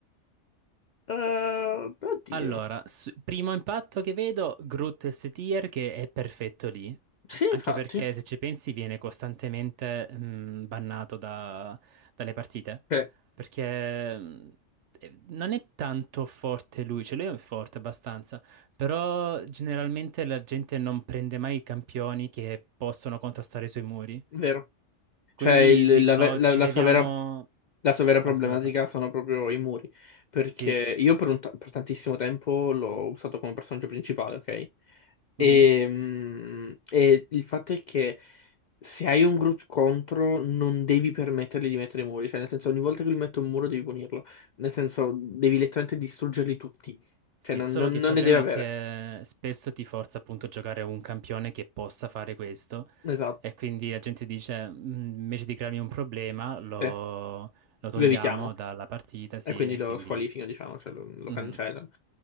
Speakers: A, on the left (about 70°); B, on the right (about 70°).
A: Eh, oddio.
B: Allora, s- primo impatto che vedo, Groot S-Tier che è perfetto lì,
A: Sì,
B: anche
A: infatti.
B: perché se ci pensi viene costantemente mh, bannato da- dalle partite,
A: Sì, è
B: perché mh, eh, non è tanto forte lui, cioè lui è forte abbastanza, però generalmente la gente non prende mai i campioni che possono contrastare sui muri,
A: vero.
B: quindi
A: Cioè, il-
B: dicono
A: la, ve- la-
B: ci
A: la
B: leviamo...
A: sua vera, la sua vera
B: Vai,
A: problematica
B: scusa, parlo.
A: sono proprio i muri. Perché
B: Sì.
A: io per, un ta- per tantissimo tempo l'ho usato come personaggio principale, ok? E,
B: Mhm.
A: mm, e il fatto è che se hai un Groot contro, non devi permettergli di mettere i muri. Cioè, nel senso, ogni volta che lui mette un muro devi punirlo. Nel senso, devi letteralmente distruggerli tutti.
B: Sì,
A: Cioè, non,
B: solo
A: non-
B: che
A: non
B: il problema
A: ne deve avere.
B: è che spesso ti forza appunto a giocare un campione che possa fare questo
A: Esatto.
B: e quindi la gente dice "Mm, invece di crearmi un problema lo,
A: Sì,
B: lo togliamo
A: lo evitiamo.
B: dalla partita, sì,
A: E quindi
B: e
A: lo
B: quindi...
A: squalifica, diciamo, cioè lo, lo
B: Mhm,
A: cancellano.